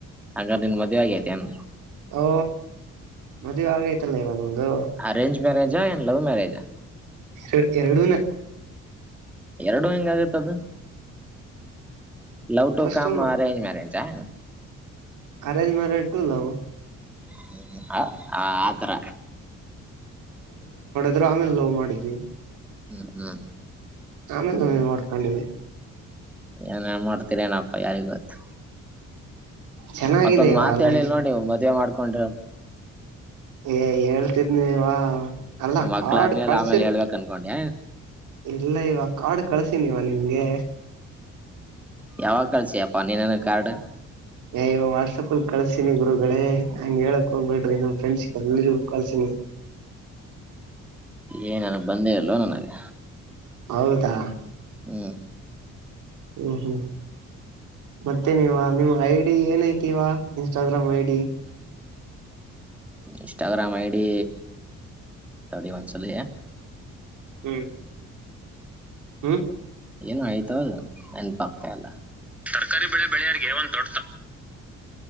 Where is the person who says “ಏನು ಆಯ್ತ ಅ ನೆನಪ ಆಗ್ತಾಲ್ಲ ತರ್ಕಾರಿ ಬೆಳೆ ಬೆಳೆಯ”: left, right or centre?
Centre